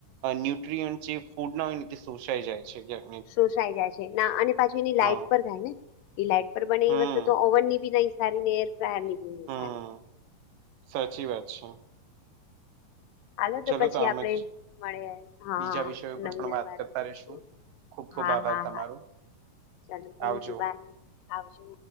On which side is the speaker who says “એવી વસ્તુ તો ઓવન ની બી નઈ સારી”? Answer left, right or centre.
Left